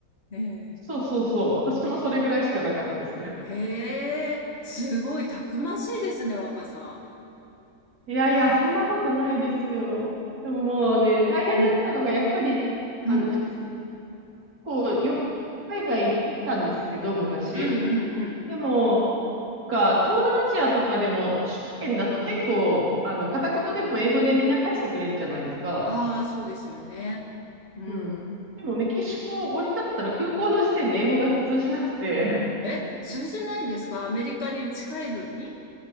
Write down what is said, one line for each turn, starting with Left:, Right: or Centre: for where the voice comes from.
Left: ね
Right: そうそうそう。私もそれぐらいしかなかったです。
Left: え。へえ、すごいたくましいですね、若さ
Right: いやいや、
Left: ん。いや
Right: そんなことないですよ。でももうね、大変だったのが、
Left: ー、うん、
Right: やっぱり、
Left: うん、
Right: あの、ふつこう、よ、海外行ってたんですけど、昔。
Left: うん、うん、うん。
Right: でも、か、東南アジアとかでも、首都圏だと結構、あの、片言でも英語でみんな返してくれるじゃないですか。
Left: ああ、そうですよね。うん。
Right: うん。でもメキシコを降り立ったら空港の時点で英語が通じなくて、
Left: え、通じないんですかアメリカに近いのに